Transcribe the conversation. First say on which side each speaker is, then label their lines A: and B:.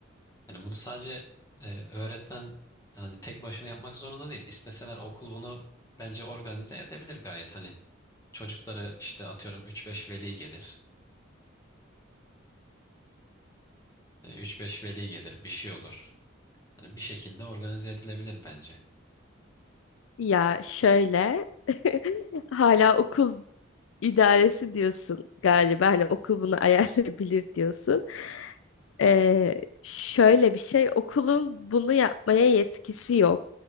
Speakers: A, on the left; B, on the left.
A: Yani bunu sadece e, öğretmen hani tek başına yapmak zorunda değil. İsteseler okul bunu bence organize edebilir gayet. Hani çocukları işte atıyorum üç beş veli gelir. E, 3-5 veli gelir bir şey olur. Hani bir şekilde organize edilebilir bence.
B: Ya şöyle <laughs> hala okul idaresi diyorsun galiba hani okul bunu <laughs> ayarlayabilir diyorsun. Ee, şöyle bir şey, okulun bunu yapmaya yetkisi yok.